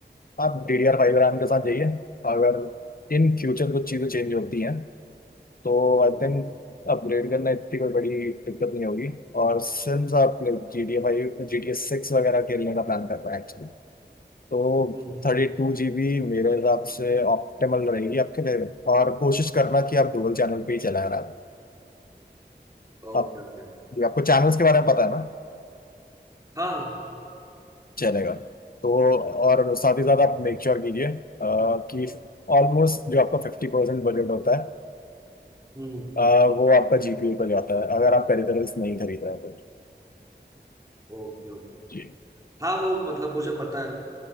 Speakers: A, on the left (about 55°); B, on the right (about 20°).
A: आप D D R five RAM के साथ जाइए अगर इन फ्यूचर कुछ चीज़ें चेंज होती हैं तो
B: हम्म
A: आई थिंक अपग्रेड करना इतनी कोई बड़ी दिक्कत नहीं होगी और सिंस आप G T A five G T A six वगैरह खेलने का प्लान कर रहे हैं एक्चुअली तो
B: हम्म
A: थर्टी टू जी बी मेरे हिसाब से ऑप्टिमल रहेगी आपके लिए और कोशिश करना कि आप डुअल चैनल पे ही चला रहा
B: Okay
A: आप
B: okay
A: जी, आपको चैनल्स के बारे में पता है ना
B: हाँ
A: चलेगा तो और साथ ही साथ आप मेक श्योर कीजिए अ, कि ऑलमोस्ट जो आपका फिफ्टी परसेंट बजट होता है
B: हम्म
A: अ, वो आपका जीपीयू पर जाता है अगर आप पेरिफेरल्स नहीं खरीद रहे हो तो
B: Okay okay
A: जी
B: हाँ वो मतलब मुझे पता है